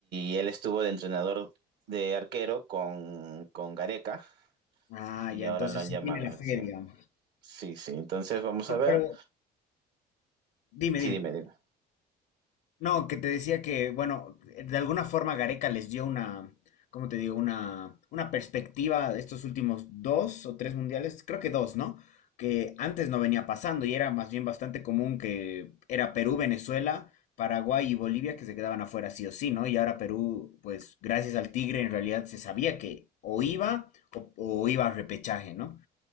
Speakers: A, on the right (about 80°); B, on the left (about 70°).
A: y él estuvo de entrenador de arquero con, con Gareca
B: Ah,
A: y
B: ya,
A: ahora
B: entonces
A: lo han
B: sí
A: llamado,
B: tiene la
A: él,
B: fe,
A: sí.
B: digamos.
A: Sí, sí. Entonces vamos
B: Pero,
A: a ver.
B: pero dime,
A: Sí,
B: dime.
A: dime, dime.
B: No, que te decía que, bueno, de alguna forma Gareca les dio una, ¿cómo te digo? Una, una perspectiva de estos últimos dos o tres mundiales, creo que dos, ¿no? Que antes no venía pasando y era más bien bastante común que era Perú, Venezuela, Paraguay y Bolivia que se quedaban afuera sí o sí, ¿no? Y ahora Perú, pues gracias al Tigre en realidad se sabía que o iba o, o iba a repechaje, ¿no?